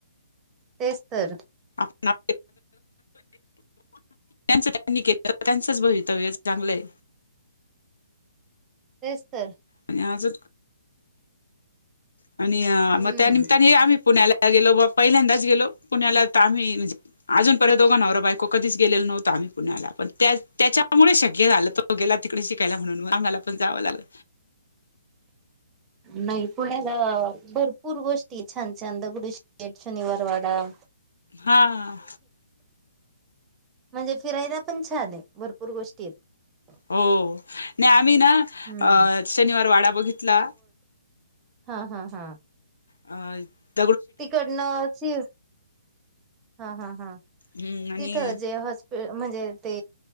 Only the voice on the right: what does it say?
तेच तर
तेचं तरं
हम्म
नाहीं पुण्यांला भरंपूर गोष्टीं छांन छांन दगडूशेठ शेट शनिवार वाडां
म्हणजे फिरायलां पणं छांन आहे भरंपूर गोष्टीं आहेतं
हम्म.
हां हां हां
तिकडनं शि हां हां हां
तिथं जे हॉस् म्हणजे ते